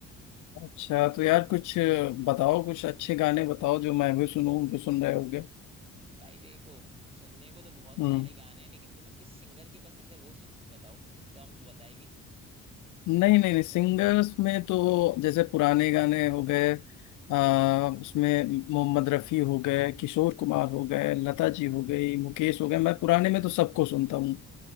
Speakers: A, on the left; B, on the right.
A: अच्छा तो यार कुछ बताओ कुछ अच्छे गाने बताओ जो मैं भी सुनूं जो सुन रहे होगे
B: भाई देखो सुनने को तो बहुत
A: हम्म
B: सारे गाने हैं लेकिन तुम्हें किस सिंगर की पसंद है वो सुन बताओ तो हम बताए भी
A: नहीं नहीं नहीं सिंगर्स में तो जैसे पुराने गाने हो गए आ, उसमें मोहम्मद रफ़ी हो गए किशोर कुमार हो गए लता जी हो गई मुकेश हो गए मैं पुराने में तो सबको सुनता हूँ